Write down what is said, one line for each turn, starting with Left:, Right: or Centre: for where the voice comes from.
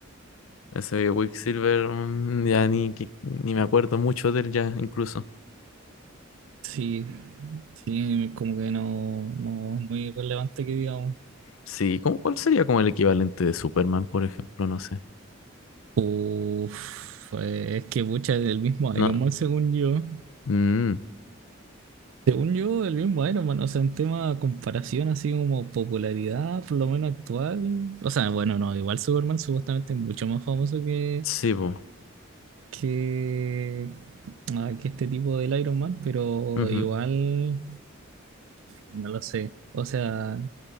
Left: Ese de Quicksilver, mm, ya ni, que- ni me acuerdo mucho de él ya, incluso.
Right: Sí, sí, como que no, no es muy relevante que digamos.
Left: Sí, ¿cómo- cuál sería como el equivalente de Superman, por ejemplo? No sé.
Right: Uf, eh, es que pucha, es del mismo
Left: No,
Right: Iron Man, según yo.
Left: mm,
Right: Según yo, el mismo Iron Man, o sea, en tema de comparación, así como popularidad, por lo menos actual. O sea, bueno, no, igual Superman supuestamente es mucho más famoso que,
Left: sí, pues.
Right: que, ah, que este tipo del Iron Man, pero
Left: Ujú,
Right: igual. No lo sé. O sea,